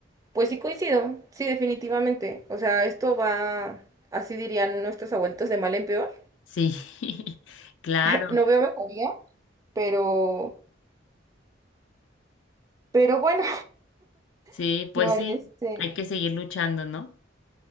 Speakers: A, on the right; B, on the left.
A: pues sí coincido, sí, definitivamente. O sea, esto va, así dirían nuestros abuelitos, de mal en peor.
B: sí, <laughs> claro,
A: <laughs> No veo mejoría, pero, pero bueno,
B: sí,
A: <laughs>
B: pues
A: no hay
B: sí,
A: este.
B: hay que seguir luchando, ¿no?